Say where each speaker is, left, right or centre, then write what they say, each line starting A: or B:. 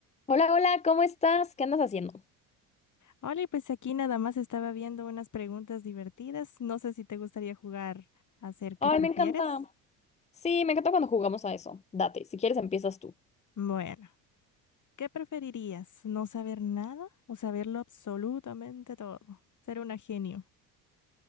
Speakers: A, on the left; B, on the left.
A: Hola, hola, ¿cómo estás? ¿Qué andas haciendo?
B: Hola, y pues aquí nada más estaba viendo unas preguntas divertidas. No sé si te gustaría jugar a hacer qué
A: Ay,
B: prefieres.
A: me encanta. Sí, me encanta cuando jugamos a eso. Date, si quieres empiezas tú.
B: Bueno, ¿qué preferirías? ¿No saber nada o saberlo absolutamente todo? Ser una genio.